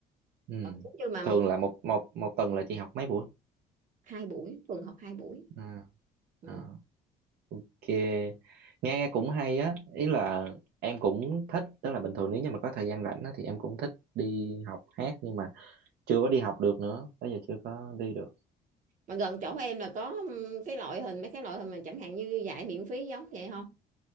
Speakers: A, on the right; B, on the right.
A: ừ.
B: Còn giống như mà
A: Thường là một một một tuần là chị học mấy buổi?
B: hai buổi tuần học hai buổi
A: À,
B: ừ.
A: à. kìa nghe nghe cũng hay á ý là em cũng thích tức là bình thường nếu như mà có thời gian rảnh á, thì em cũng thích đi học hát nhưng mà chưa có đi học được nữa tới giờ chưa có đi được
B: mà gần chỗ em là có ừ, cái loại hình mấy cái loại hình mà chẳng hạn như dạy miễn phí giống vậy không